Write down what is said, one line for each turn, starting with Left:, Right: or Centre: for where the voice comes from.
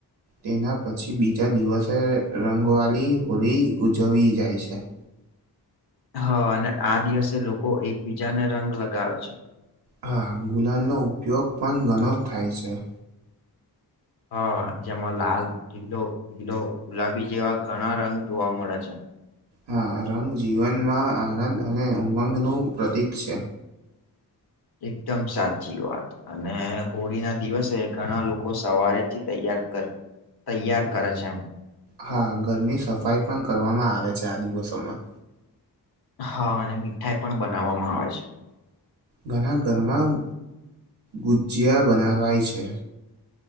Right: તેના પછી બીજા દિવસે રંગવાલી હોલી ઉજવી જાય છે.
Left: હા અને આ દિવસે લોકો એકબીજાને રંગ લગાવે છે.
Right: હા, ગુલાલ નો ઉપયોગ પણ ઘણો થાય સે.
Left: હ, જેમાં લાલ, લીલો, પિલો, ગુલાબી જેવા ઘણા રંગ જોવા મળે છે.
Right: હા, રંગ જીવનમાં આનંદ અને ઉમંગનું પ્રતીક છે.
Left: એકદમ સાચી વાત. અને હોળી ના દિવસે ઘણા લોકો સવારે થી તૈયાર કરે તૈયાર કરે છે આમ
Right: હા, ઘરની સફાઈ પણ કરવામાં આવે છે આ દિવસોમાં
Left: હા અને મીઠાઈ પણ બનાવવામાં આવે છે.
Right: ઘણા ઘરમાં ગુજિયા બનાવાય છે.